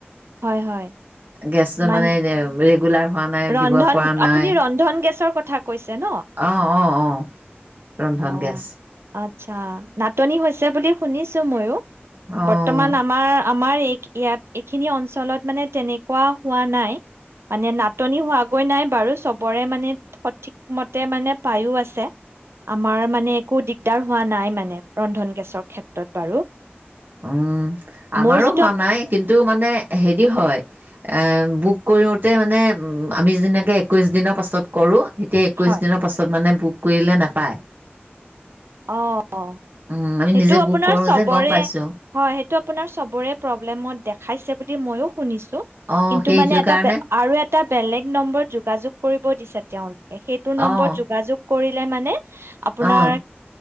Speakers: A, on the right (about 75°); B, on the right (about 45°).
A: হয় হয়
B: গেছটো
A: মান
B: মানে ৰেগুলাৰ হোৱা নাই,
A: ৰন্ধন
B: দিব পৰা নাই,
A: আপুনি ৰন্ধন গেছৰ কথা কৈছে ন
B: অ' অ' অ' ৰন্ধন
A: অ',
B: গেছ।
A: আচ্ছা। নাটনি হৈছে বুলি শুনিছো ময়ো।
B: অঁ
A: বৰ্তমান আমাৰ আমাৰ এই ইয়াত এইখিনি অঞ্চলত মানে তেনেকুৱা হোৱা নাই। মানে নাটনি হোৱাগৈ নাই বাৰু চবৰে মানে সঠিক মতে মানে পায়ো আছে। আমাৰ মানে একো দিগদাৰ হোৱা নাই মানে ৰন্ধন গেছৰ ক্ষেত্ৰত বাৰু।
B: উম, আমাৰো
A: মোৰ যিটো
B: হোৱা
A: আপ-
B: নাই। কিন্তু মানে হেৰি হয়? এ' বুক কৰোঁতে মানে আমি যেনেকৈ একৈছ দিনৰ পাছত কৰোঁ এতিয়া একৈছ
A: হয়
B: দিনৰ পাছত মানে বুক কৰিলে নাপায়।
A: অ'
B: উম, আমি
A: সেইটো
B: নিজে
A: আপোনাৰ
B: বুক কৰোঁ
A: চবৰে
B: যে গম পাইছোঁ
A: হয়। সেইটো আপোনাৰ চবৰে প্ৰবলেমত দেখায়ছে বুলি ময়ো শুনিছো।
B: অঁ
A: কিন্তু
B: সেইটো
A: মানে এটা
B: কাৰণে
A: আৰু এটা বেলেগ নম্বৰত যোগাোগ কৰিব দিছে। তেওঁ সেইটো নম্বৰত
B: অঁ
A: যোগাযোগ কৰিলে মানে? আপোনাৰ
B: অঁ